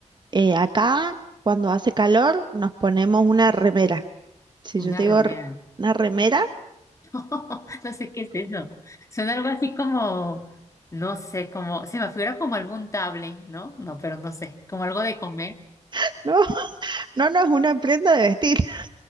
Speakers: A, on the right; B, on the left.
A: Eh, acá, cuando hace calor, nos ponemos una remera. Si
B: una
A: yo te
B: remera.
A: digo r- una remera,
B: <laughs> No sé qué es eso. Suena algo así como, no sé, como, se me figura como algún table, ¿no? No, pero no sé, como algo de comer.
A: <laughs> no, no, no es una prenda de vestir, <laughs>